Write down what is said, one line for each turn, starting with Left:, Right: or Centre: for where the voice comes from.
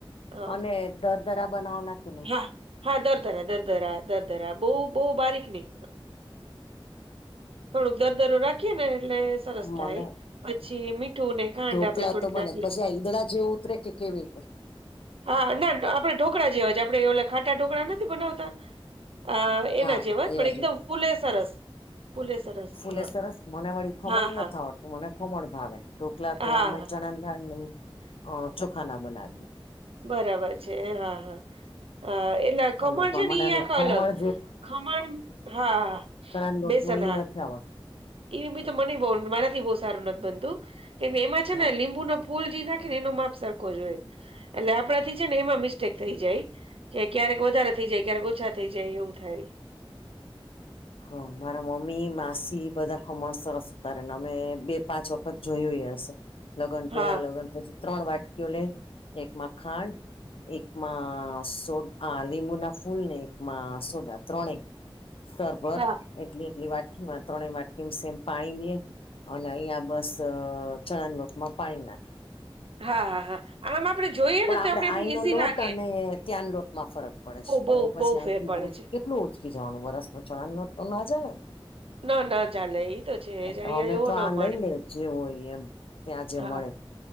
Right: હા
Left: અને દરદરા બનાવ નાખીને
Right: હા હા દરદરા દરદરા દરદરા બો બો બારીક ની થોડુંક દરદરુ રા ખીએને એટલે સરસ
Left: મને
Right: થાય પછી મીઠુંને ખાંડ
Left: ઢોકલા
Right: આપણેે થોડીક
Left: તો બને
Right: નાખી
Left: પછી આ ઈદડા જેવું ઉતરે કે કેવી તે
Right: હા ના આપણે ઢોકા જેવા જ આપડે ઓલા ખાટા ઢોકળા નથી બનાવતા અ એના
Left: હા
Right: જેવા
Left: હા એવા
Right: પણ એકદમ
Left: જો તમે
Right: ફૂલે સરસ ફૂલે સરસ
Left: ફૂલે
Right: હા
Left: સરસ મને વળી ખમણ
Right: હા હા
Left: ન થ મને ખમણ ભાવે ઢોકલા તો
Right: હા
Left: અમે
Right: હા
Left: ચણા દાળ લઈ અ ચોખાના બનાવીએ
Right: બરાબર છે, હા હા. હ એટલે ખમણ
Left: અને પણ
Right: છે, ને ઈ
Left: મને
Right: <unintelligible>
Left: ખમણ
Right: અલગ ખમણ હા
Left: ચણાં લોટનુ
Right: બેસન
Left: ઈ
Right: હા
Left: નથી આવ
Right: એ બી તો મને મારાથી બો સારું નથી બનતું કેમ એમાં છે,
Left: હા
Right: ને લીંબુ ન ફૂલજી નાખીને એનો માપ સરખો જ હોય એટલે આપણાથી છે, ને એમાં મિસ્ટેક થઈ જાય કે ક્યારેક વધારે થઇ જાય ક્યારેક ઓછા થઇ જાય એવું થાય
Left: હ મારા મમ્મી માસી બધા ખમણ સરસ ઉતારે ને અમે બે પાંચ વ ખત જોયું હશે લગ્ન
Right: હા
Left: પેલા લગ્ન પછી ત્રણ વાટકીઓ લે એકમાં ખાંડ એકમાં સો આ લીંબુના ફૂલ ને એકમાં સોડા ત્રણે સરભર
Right: હા.
Left: એટલી એટલી વાટકીમાં ત્રણેય વાટકીમાં સેમ પાણી લીએ અને અહિયાં બસ ચણા લોટમાં પાણી ના
Right: હા હા હા. આમ આપણે જોઈએ
Left: પણ
Right: ને
Left: આપડે
Right: તો એમ
Left: આહીંનો
Right: ઈઝી
Left: લોટ
Right: લાગે
Left: અને ત્યાં લોટમાં ફરક પડે
Right: બહુ
Left: છે,
Right: બહુ
Left: હું પછી
Right: બહુ
Left: અહીંથી
Right: ફેર પડે
Left: ઉ જ
Right: છે
Left: કેટલું ઉચકી જવાનું વરસમાં ચોળા લોટ ના જાને
Right: ન ન ચાલે તો છે
Left: એટલે
Right: જ અહીંયા
Left: અમે
Right: એવો
Left: તો
Right: ના
Left: આ લઈ
Right: મળે
Left: લે જે હોય એમ ત્યાં જે
Right: હા
Left: મળે